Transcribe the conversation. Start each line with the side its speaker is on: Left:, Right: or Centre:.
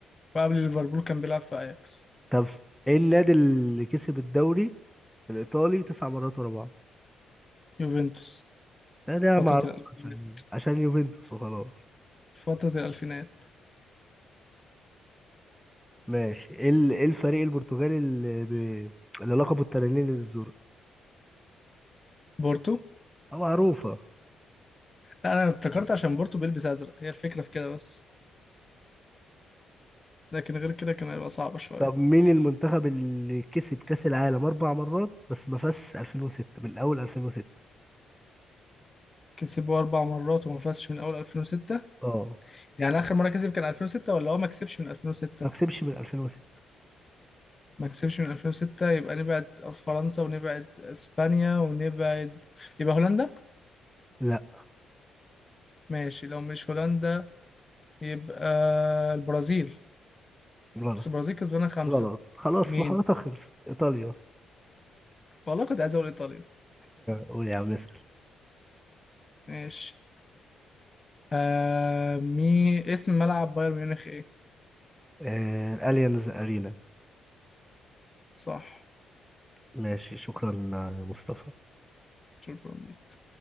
Left: وقبل ليفربول كان بيلعب في أياكس
Centre: طب ايه النادي اللي كسب الدوري الايطالي تسع مرات ورا بعض
Left: يوفنتوس
Centre: ده ده
Left: فترة
Centre: معروف
Left: الألفينات
Centre: عشان عشان يوفنتوس وخلاص
Left: فترة الألفينات
Centre: ماشي ايه ال- إيه الفريق البرتغالي اللي, ب... اللي لقبه التنانين الزرق
Left: بورتو
Centre: آه، معروفة
Left: لا أنا افتكرت عشان بورتو بيلبس أزرق هي الفكرة في كده بس لكن غير كده كان هيبقى صعب شوية
Centre: طب مين المنتخب اللي كسب كأس العالم أربع مرات بس ما فازش 2006 من أول 2006
Left: كسبوا أربع مرات وما فازش من أول 2006
Centre: اه
Left: يعني آخر مرة كسب كان 2006 ولا هو ما كسبش من 2006
Centre: ما كسبش من 2006
Left: ما كسبش من 2006 يبقى نبعد أص- فرنسا ونبعد إسبانيا ونبعد يبقى هولندا
Centre: لا
Left: ماشي لو مش هولندا يبقى البرازيل
Centre: غلط
Left: بس البرازيل كسبانة خمسة
Centre: غلط خلاص
Left: مين
Centre: محاولتها خلصت إيطاليا
Left: والله كنت عايز أقول إيطاليا
Centre: قول يا عم اسأل
Left: ماشي آه مي اسم ملعب بايرن ميونخ إيه
Centre: آه... الأليانز أرينا
Left: صح
Centre: ماشي شكرا يا مصطفى
Left: شكرا